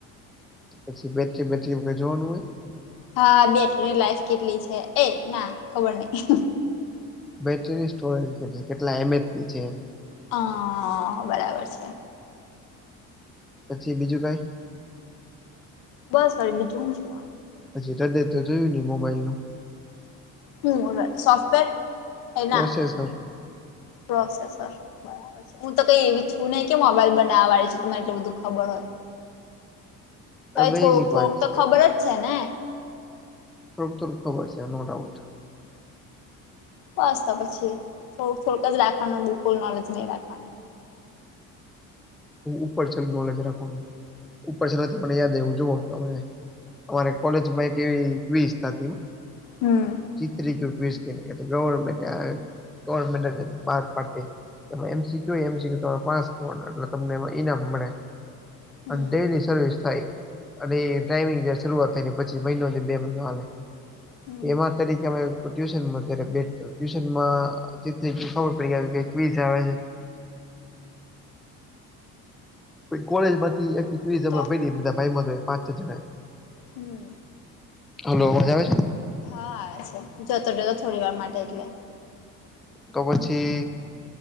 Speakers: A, in the centre; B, on the left (about 75°).
A: પછી બેટરી બેટરી જોવાનું હોય?
B: હા બેટરીની લાઈફ કેટલી છે એ ના ખબર નહીં.
A: બેટરીની સ્ટોરેજ કેટલી કેટલા એમચની છે એમ.
B: હા બરાબર છે.
A: પછી બીજું કઈ?
B: બસ પછી બીજું હું જોવાનું.
A: પછી <unintelligible> જોયું નઈ મોબાઈલ નું.
B: હમ સોફ્ટવેર એ
A: પ્રોસેસર
B: ના પ્રોસેસર બરાબર હું તો કઈ એવી છું નહી કે મોબાઈલ બનાવવાડે છે તો મને એટલું બધું ખબર હોય.
A: <unintelligible>
B: હવે થોડુંક
A: વાત
B: થોડુંક તો
A: છે
B: ખબર જ છે ને.
A: થોડું તને ખબર છે નો ડાઉટ.
B: બસ તો પછી થો થોડુંક જ રાખવાનું બુલકુલ નોલેજ નહીં રાખવાની
A: ઉપર છે એલું નોલેજ રાખવાનું ઉપર છે નથી મને યાદ આવું જોુઓ તમે અમારે કોલેજ માં એક એવીસ્ હતી
B: હમ.
A: ચિત્ર <unintelligible> એ ગવર્મેન્ટ ગવર્મેન્ટ બહાર પાડતી એમાં એમસી કયુ હોય એમસી એમસી કયુ પાસ કરવા એ તમને એમાં ઈનામ મળે
B: હમ
A: અને ડેલી સર્વિસ થાય. અને ટાઈમિંગ શરૂઆત થાય પછી મહિનોથી બે મહિનો હાલે
B: હમ
A: એમાં તારી ટ્યુશન્યારે બે ટ્યુશનમાં જે ખબર પડી <unintelligible> કોઈ કોલેજ માંથી
B: તો
A: બધા ભાઈ માં પાંચ છ જણા
B: હમ
A: હલો હોજ આવે છે
B: હા જતો જતો થોડી વાર માટે એટલે
A: તો પછી